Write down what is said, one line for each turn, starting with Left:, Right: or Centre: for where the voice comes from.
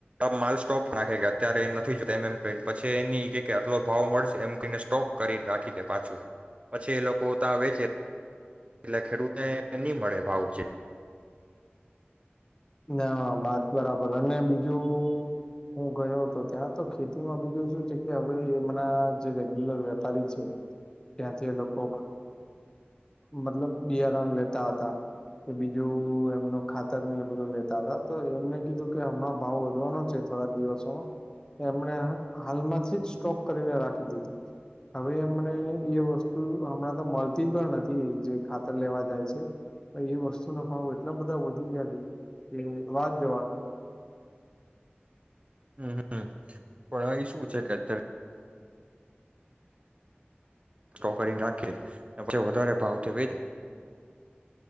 Right: માલ સ્ટોપ નાખે એપઅત્યારે નથી જોતા એમ એમ પછી એ કે આટલો ભાવ મળશે એમ કને સ્ટોક કરી રાખી દે પાછું પછી એ લોકો ત્યાં વેચે એટલે ખેડૂતેને નહી મળે ભાવું છે.
Left: ના વાત બરાબર અને બીજું હું ગયો હતો ત્યાં તો ખેતીમાં બીજું શું છે કે હવે એમના જે રેગ્યુલર વેપારી છે ત્યાંથી એ લોકો મતલબ બિયારણ લેતા હતા એ બીજું એમનું ખાતરની બધું લેતા હતા તો એમને કીધું કે હમણાં ભાવ વધવાનો છે થોડાક દિવસોમાં એમણે હાલમાંથી જ સ્ટોક કરીને રાખી દીધું હવે એમને એ વસ્તુ હમણાં તો મળતી પણ નથી જે ખાતર લેવા જાય છે પણ એ વસ્તુના ભાવ એટલા બધા વધી ગયા છે. એ વાત જવા દો.
Right: હમમ. પણ અહીં શું છે કે અત્યારે ો કરીને રાખીએ અને પછી વધારે ભાવથી વેચીએ.